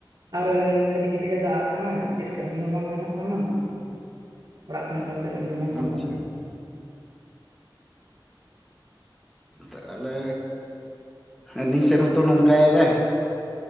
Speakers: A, on the right; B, in the centre.
A: ᱟᱨ <unintelligible> ᱠᱟᱹᱴᱤᱡ ᱠᱟᱹᱴᱤᱡ ᱮᱜ ᱫᱟᱜ ᱟᱜ ᱠᱟᱱᱟ, ᱪᱮᱫ ᱠᱟᱹᱢᱤ ᱦᱚᱸ ᱵᱟᱝ ᱜᱟᱱᱚᱜ ᱠᱟᱱᱟ᱾ ᱚᱲᱟᱜ ᱠᱷᱚᱱ ᱚᱠᱟ ᱥᱮᱫ ᱩᱰᱩᱝ ᱦᱚᱸ ᱵᱟᱝ
B: ᱟᱪᱪᱷᱟ
A: ᱜᱟᱱᱚᱜ ᱠᱟᱱᱟ᱾ ᱾
B: ᱛᱚ ᱟᱞᱮ ᱟᱹᱞᱤᱧ ᱥᱮᱫ ᱦᱚᱸᱛᱚ ᱱᱚᱝᱠᱟᱭᱮᱫᱟᱭ᱾